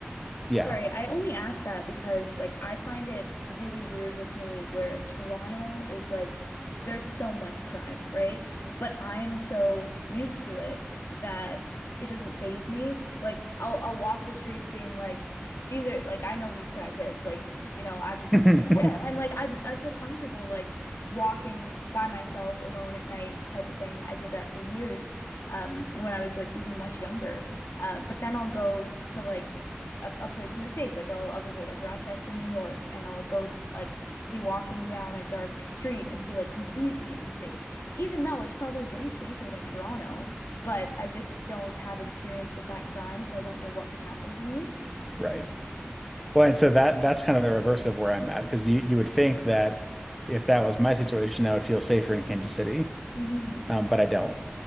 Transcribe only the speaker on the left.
Sorry, I only asked that because like I find it really weird with me where Toronto is like there's so much crime, right? But I am so used to it that it doesn't faze me. Like I'll I'll walk the streets being like these are like I know these crackheads. Like, you know, I'm
<laughs> and like I I feel comfortable like walking by myself alone at night type of thing. I did that for years um when I was like even much younger. Uh, but then I'll go to like a, a place in the states. Like I'll I'll visit like Rochester, New York, and I'll go like be walking down a dark street and feel like completely unsafe, even though it's probably way safer than Toronto. But I just don't have experience with that crime, so I don't know what could happen to me.
Mm-hmm.